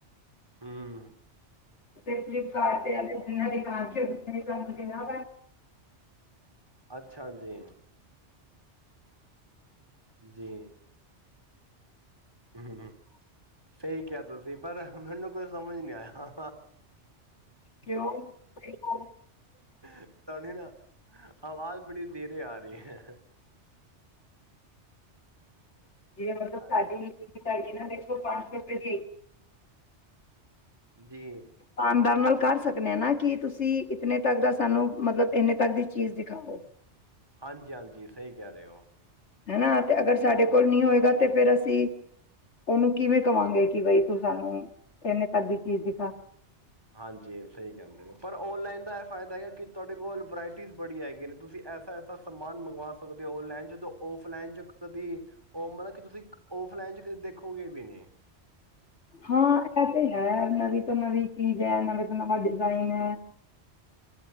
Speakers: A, on the right; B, on the left.
A: ਹਮ
B: ਫਲਿੱਪਕਾਰਟ ਤੇ ਆ ਨ ਹ ਦੇ ਕ ਕੈਣਾ
A: ਅੱਛਾ ਜੀ
B: ਹ
A: ਜੀ ਹਮਮ ਸਹੀ ਕਿਹਾ ਤੁਸੀਂ ਪਰ ਮੈਨੂੰ ਕੋਈ ਸਮਝ ਨਹੀਂ ਆਇਆ,
B: ਕਿਉਂ ਦੇਖੋ
A: ਤੁਹਾਡੀ ਨਾ ਆਵਾਜ਼ ਬੜੀ ਦੇਰੇ ਆ ਰਹੀ ਹੈ
B: ਜਿਵੇਂ ਮਤਲਬ
A: ਹਾਂਜੀ,
B: ਸਾਡੀ ਤਾਡੀ ਨਾ ਦੇਖੋ ਪੰਜ ਸੌਪ
A: ਜੀ
B: ਖਾਂਡਾਂ ਨਾਲ ਕਰ ਸਕਦੇ ਹਾਂ ਨਾ ਕਿ ਤੁਸੀਂ ਇਤਨੇ ਤੱਕ ਦਾ ਸਾਨੂੰ ਮਤਲਬ ਇੰਨੇ ਤੱਕ ਦੀ ਚੀਜ਼ ਦਿਖਾਵੋ
A: ਹਾਂਜੀ ਹਾਂਜੀ ਸਹੀ ਕਹਿ ਰਹੇ ਹੋ
B: ਹਨਾ ਤੇ ਅਗਰ ਸਾਡੇ ਕੋਲ ਨਹੀਂ ਹੋਏਗਾ ਤੇ ਫਿਰ ਅਸੀਂ ਉਹਨੂੰ ਕਿਵੇਂ ਕਵਾਂਗੇ ਕਿ ਬਈ ਤੂੰ ਸਾਨੂੰ ਇਹਨੇ ਤੱਕ ਦੀ ਚੀਜ਼ ਦਿਖਾ
A: ਹਾਂਜੀ ਸਹੀ ਕਹਿੰਦੇ ਨੇ ਪਰ ਓਨਲਾਈਨ ਦਾ ਇਹ ਫਾਇਦਾ ਹੈਗਾ ਕਿ ਤੁਹਾਡੇ ਕੋਲ ਵਰਾਇਟੀ ਬੜੀ ਹੈਗੇ ਨੇ ਤੁਸੀਂ ਐਸਾ ਐਸਾ ਸਮਾਨ ਮੰਗਵਾ ਸਕਦੇ ਹੋ ਓਨਲਾਈਨ ਜਦੋਂ ਓਫਲਾਈਨ ਜ ਕਦੀ ਉਹ ਮਤਲਬ ਕਿ ਤੁਸੀਂ ਫ ਭੈਣ ਜੀ ਕਦੀ ਵੇਖੋਗੇ ਵੀ ਨਹੀਂ ਹਮ
B: ਹਾਂ ਇਹ ਤੇ ਹੈ ਨਵੀਂ ਤੋਂ ਨਵੀਂ ਚੀਜ਼ ਹੈ ਨਵੇਂ ਤੋਂ ਨਵਾਂ ਡਿਜ਼ਾਇਨ ਹੈ